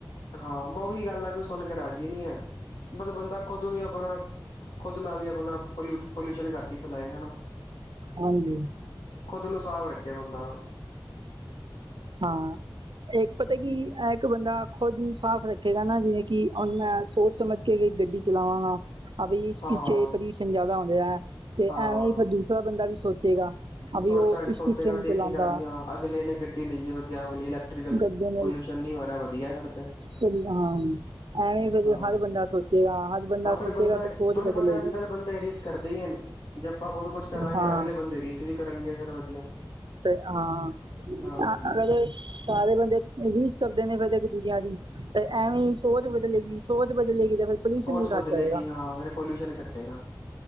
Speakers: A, on the left; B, on the right.
A: ਹਾਂ ਉਹੀ ਗੱਲ ਹੈ ਕੋਈ ਸੁਣ ਕੇ ਰਾਜੀ ਨਹੀਂ ਹੈ। ਬਸ ਬੰਦਾ ਖੋਦਣੀਆਂ ਬਣਾ ਖੁਦ ਨਾਲੀਆਂ ਬਣਾ ਪੋਲ ਪੋਲਿਊਸ਼ਨ ਘੱਟ ਹੀ ਫੈਲਾਏ ਹੈਨਾ।
B: ਹਾਂਜੀ
A: ਖੁਦ ਨੂੰ ਸਾਫ਼ ਰੱਖੇ ਬੰਦਾ ਬਸ।
B: ਹਾਂ ਇੱਕ ਪਤਾ ਕੀ
A: ਹੂੰ,
B: ਇਹ ਇੱਕ ਬੰਦਾ ਖੁਦ ਨੂੰ ਸਾਫ਼ ਰੱਖੇਗਾ ਨਾ ਜਿਵੇਂ ਕਿ ਹੁਣ ਮੈਂ ਸੋਚ ਸਮਝ ਕੇ ਗੱਡੀ ਚਲਾਵਾਂਗਾ। ਅਵੀ ਇਸ
A: ਹਾਂ,
B: ਪਿੱਛੇ ਪੋਲਿਊਸ਼ਨ ਜਿਆਦਾ ਹੁੰਦਾ ਹੈ ਤੇ
A: ਹਾਂ।
B: ਐਵੇਂ ਹੀ ਫਿਰ ਦੂਸਰਾ ਬੰਦਾ ਵੀ ਸੋਚੇਗਾ।
A: ਸੋਚਾ
B: ਅਵੀ ਉਹ ਇਸ
A: ਸੋਚੇਗਾ
B: ਪਿੱਛੇ ਨਹੀਂ
A: ਦੇਖੇਗਾ
B: ਚਲਾਉਂਦਾ।
A: ਵੀ ਹਾਂ ਅਗਲੇ ਨੇ ਗੱਡੀ ਲਈਏ ਵਧੀਆ ਵਾਲੀ ਇਲੈਕਟਰੀਕਲ।
B: ਗੱਡੀ
A: ਪੋਲਿਉਸ਼ਨ ਨੀ ਹੋ ਰਿਹਾ ਵਧੀਆ ਫਿਰ ਤੇ।
B: ਹੂ ਹਾਂ। ਐਵੇਂ ਫਿਰ
A: ਹਾਂ
B: ਹਰ ਬੰਦਾ ਸੋਚੇਗਾ ਹਰ
A: ਹਾਂ
B: ਸੋਚੇਗਾ
A: ਸਾਡੇ ਬੰਦਾ
B: ਫਿਰ
A: ਤੁਹਾਨੂੰ
B: ਸੋਚ ਬਦਲੇਗੀ
A: ਪਤਾ ਅੱਜ ਕੱਲ ਬੰਦੇ ਰੀਸ ਕਰਦੇ ਹੀ ਏਨ ਜੇ ਆਪਾਂ ਖੁਦ ਕੁਝ ਕਰਾਂਗੇ
B: ਹਾਂ
A: ਅਗਲੇ ਬੰਦੇ ਰੀਸ ਵੀ ਕਰਨਗੇ ਫਿਰ ਵਧੀਆ
B: ਤੇ ਹਾਂ
A: ਹਾਂ।
B: ਅ- ਅਗਰ ਸਾਰੇ ਬੰਦੇ ਰੀਸ ਕਰਦੇ ਨੇ ਫਿਰ ਇੱਕ ਦੂਜਿਆਂ ਦੀ। ਤੇ ਐਵੇਂ ਹੀ ਸੋਚ ਬਦਲੇਗੀ ਸੋਚ ਬਦਲੇਗੀ ਤੇ ਫਿਰ ਪੋਲਿਊਸ਼ਨ
A: ਸੋਚ
B: ਵੀ
A: ਬਦਲੇਗੀ
B: ਘੱਟ ਹੋਏਗਾ
A: ਹਾਂ ਫਿਰ ਪੋਲਿਊਸ਼ਨ ਘਟੇਗਾ